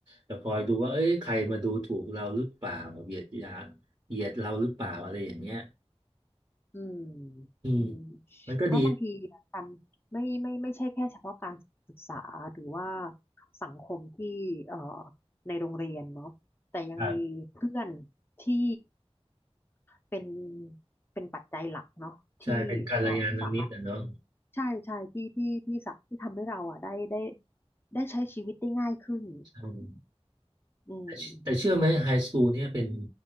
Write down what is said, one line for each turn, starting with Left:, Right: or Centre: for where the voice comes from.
Right: จะคอยดูว่าเอ้ยใครมาดูถูกเราหรือเปล่าเหยียดยาเหยียดเราหรือเปล่าอะไรอย่างเงี้ย
Left: อืม
Right: อืม
Left: อืม
Right: มันก็ดี
Left: เพราะบางทีการไม่ไม่ไม่ใช่แค่เฉพาะการศึกษาหรือว่าสังคมที่เอ่อในโรงเรียนเนาะแต่ยังมีเพื่อน
Right: ครับ
Left: ที่เป็นเป็นปัจจัยหลักเนาะที่เอ่อสามารถ
Right: ใช่เป็นกัลยาณมิตรนะเนาะ
Left: ใช่ใช่ที่ที่ที่สักที่ทำให้เราอ่ะได้ได้ได้ใช้ชีวิตได้ง่ายขึ้น
Right: อืม
Left: อืม
Right: แต่แต่เชื่อไหมไฮสคูลเนี่ยเป็น